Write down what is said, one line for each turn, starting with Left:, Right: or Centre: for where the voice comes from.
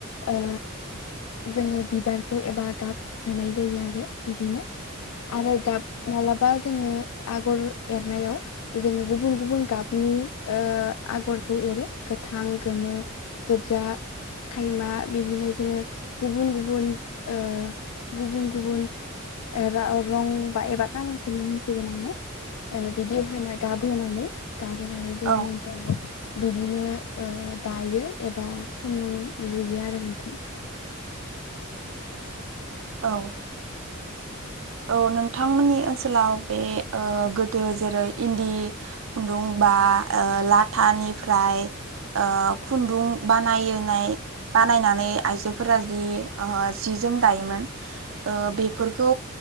Left: ओ जोङो बिबारखौ एबा गाब होनाय जायो आरो बिदिनो। आरो गाब माब्लाबा जोङो आगर एरनायाव, जोङो गुबुन गुबुन गाबनि ओ आगरखौ एरो गोथां, गोमो, गोजा, खायमा बिदिनो जोङो गुबुन गुबुन ओ गुबुन गुबुन रं बा एबा खालारखौनो होनसिगोन आङो। ओ बिदि होनो गाब होनानै गाब होनानै जोंनि
Right: औ
Left: ओनसोलाव बिदिनो ओ दायो एबा लु लुयो आरो नोंथां।
Right: औ। औ नोंथांमोननि ओनसोलाव बे ओ गोदो जेरै इन्दि खुन्दुं बा ओ लाथानिफ्राय ओ खुन्दुं बानायनाय बानायनानै आइजोफोरा जि ओ जि जोम दायोमोन। ओ बेफोरखौ